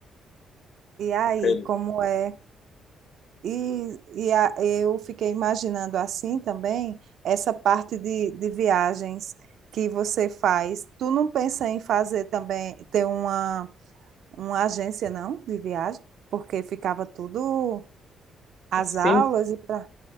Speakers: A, on the right (about 70°); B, on the left (about 60°).
A: E aí,
B: Tô feliz.
A: como é? E, e a- eu fiquei imaginando assim também essa parte de, de viagens que você faz. Tu não pensa em fazer também, ter uma, uma agência, não, de viagem? Porque ficava tudo, as
B: Sim,
A: aulas e pra...